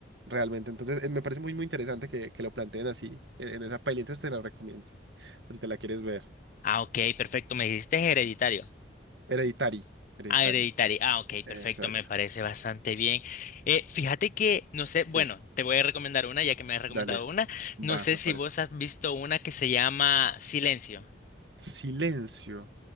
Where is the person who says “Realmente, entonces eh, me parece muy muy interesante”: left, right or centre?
Right